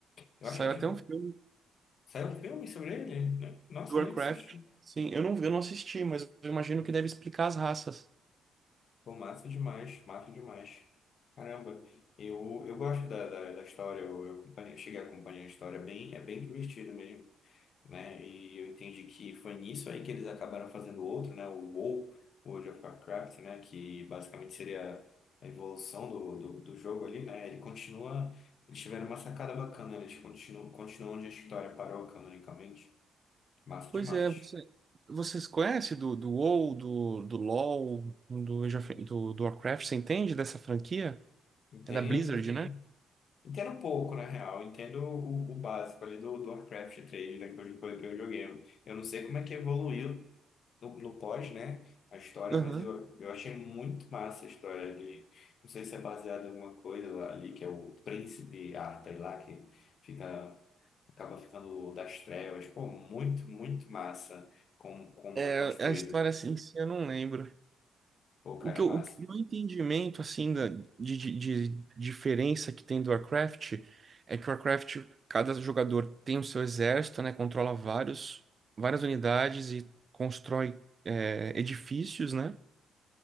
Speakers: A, on the left (about 60°); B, on the right (about 35°).
A: Eu
B: Saiu
A: acho que é tipo,
B: até um filme
A: saiu um filme sobre ele, né? Nossa,
B: do Warcraft.
A: nem assisti.
B: Sim, eu não, eu não assisti, mas eu imagino que deve explicar as raças.
A: Pô, massa demais, massa demais. Caramba, eu, eu gosto da, da, da história, eu, eu acompanhei- cheguei a acompanhar a história, é bem, é bem divertido mesmo. né? E eu entendi que foi nisso aí que eles acabaram fazendo outro, né? O WoW, World of Warcraft, né? Que basicamente seria a evolução do, do, do jogo ali, né? Ele continua... Eles tiveram uma sacada bacana, eles continuam, continuam onde a história parou canonicamente. Massa
B: Pois
A: demais.
B: é, você, vocês conhecem do, do WoW, do, do LoL, do, Age of- do, do Warcraft? Você entende dessa franquia?
A: Entendo,
B: É da Blizzard, né?
A: entendo um pouco, na real. Eu Entendo o, o básico ali do, do Warcraft três né? Que eu, que eu joguei. Eu não sei como é que evoluiu no, no pós, né, a história,
B: Aham.
A: mas eu, eu achei muito massa a história ali. Não sei se é baseada em alguma coisa lá ali, que é o príncipe Arthur lá, que fica, acaba ficando das trevas. Pô, muito, muito massa como, como
B: É,
A: é construído.
B: a história assim, em si eu não lembro.
A: Pô, o cara
B: O que
A: é
B: eu,
A: massa.
B: o que- o entendimento, assim, da, de, de, de diferença que tem do Warcraft é que o Warcraft, cada jogador tem o seu exército, né? Controla vários, várias unidades e constrói, é, edifícios, né?